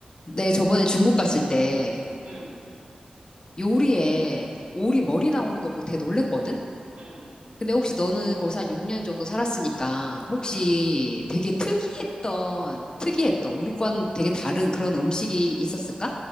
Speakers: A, on the left (about 30°); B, on the right (about 60°).
A: 내가 저번에 중국 갔을 때
B: 응,
A: 요리에 오리 머리 나오는 거 보고 되게 놀랬거든?
B: 응,
A: 근데 혹시 너는 거기서 한 6년 정도 살았으니까 혹시
B: 응,
A: 되게 특이했던, 특이했던,
B: 응,
A: 우리과는 되게 다른 그런 음식이 있었을까?